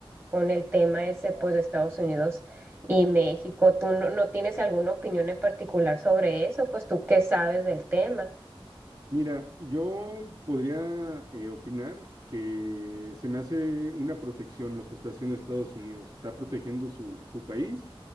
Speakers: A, on the right (about 25°); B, on the right (about 50°).
A: con el tema ese, pues de Estados Unidos y México. ¿Tú no, no tienes alguna opinión en particular sobre eso? Pues tú qué sabes del tema.
B: Mira, yo podría eh, opinar que se me hace una protección lo que está haciendo Estados Unidos. Está protegiendo su, su país,